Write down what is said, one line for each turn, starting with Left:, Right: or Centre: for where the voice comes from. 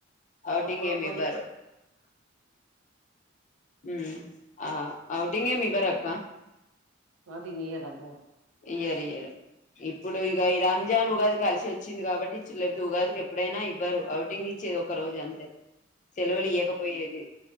Left: అఔటింగ్
Right: ఒక్క రోజు
Left: ఏమి
Right: పొద్దు
Left: ఇవ్వరు. యూ ఆ ఔటిింగ్ ఏమి ఇవ్వరు అక్క
Right: ఔటింగ్ ఇయర్ అక్క
Left: ఇయ్యరు ఇయ్యారు ఇప్పుడు ఇక ఈ రాంజాన్ ఉగాది కలిసి వచ్చింది కాబట్టి <unintelligible> ఉగాదికి ఎప్పుడైనా ఇవ్వరు అవుటింగ్ ఇచ్చేది ఒక రోజే అంతే. సెలవులు ఇయ్యకపోయేది